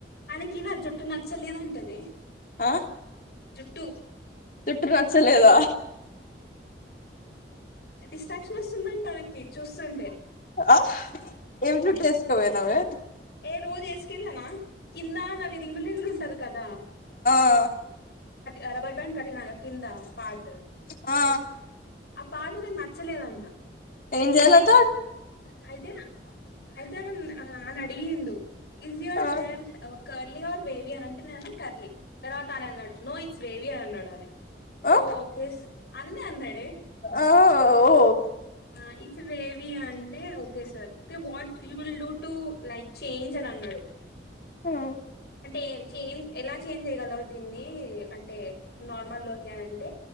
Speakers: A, on the left; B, on the left.
A: ఆయనకి నా జుట్టు నచ్చలేదంటేనే
B: ఆ
A: జుట్టు
B: జుట్టు నచ్చలేదా
A: డిస్ట్రాక్షన్ వస్తుందంట తనకి చూస్తుంటే
B: ఆ ఏమ్ జుట్టు ఏసుకపోయినవే
A: ఏ రోజు ఏసుకెళ్ళనా కింద నవి రింగులు రింగులు ఉంటది కదా
B: ఆ
A: అ రబ్బర్ బ్యాడ్ కట్టిన కింద పార్ట్
B: ఆ
A: ఆ పార్ట్ ఆయనకు నచ్చలేదంట
B: ఏంచేయాలట
A: అయితే అ అయితే అన్ హా అని అడిగిండు ఈస్ యువర్
B: ఆ
A: హెయిర్ హే హా కర్లీ ఆర్ బేవి అని అంటే నేనన్న కర్లీ తర్వాత అనన్నాడు నో ఇట్స్ వేవియర్ అన్నాడా ఆయన
B: ఆ
A: ఓకేస్ అని అన్ అన్నడే
B: ఆ ఓ
A: ఆ ఇట్స్ ఏ వేవియా అం టే okay sir okay what you will do to uh like change అని అన్నాడు
B: మ్మ్
A: అంటే ఎం చేంజ్ ఎలా చేంజ్ చేయ్యగలవు దీన్ని ఈ అంటే నార్మల్ లోకి అని అంటే